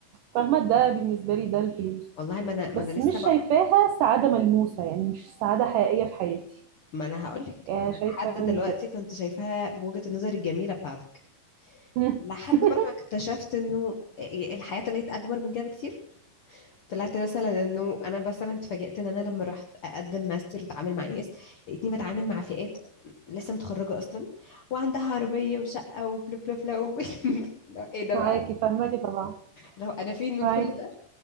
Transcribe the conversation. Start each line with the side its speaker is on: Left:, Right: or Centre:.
Right: فاهمه ده بالنسبه لي ده الفلوس
Left: والله ما انا ما
Right: بس
Left: انا لسه
Right: مش
Left: بقى
Right: شايفاها سعادة ملموسة يعني مش سعادة حقيقية في حياتي
Left: ما انا هقول لك
Right: يعني
Left: انا
Right: شايفة
Left: لحد
Right: إن
Left: دلوقتي
Right: كده
Left: كنت شايفاها بوجهة النظر الجميله بتاعتك
Right: مم.
Left: لحد
Right: <laughs>
Left: بقى ما اكتشفت انه آه، الحياه طلعت اكبر من كده بكتير طلعت مثلا انه انا مثلا اتفاجئت ان انا لما رحت اقدم ماستر واتعامل مع ناس لقيتني بتعامل مع فئات لسه متخرجه اصلا وعندها عربيه وشقه وبلا بلا بلا و... <laughs> لو ايه ده
Right: معاكي
Left: بقى
Right: فاهماكي طبعا
Left: لو انا فين من
Right: معاكي
Left: كل ده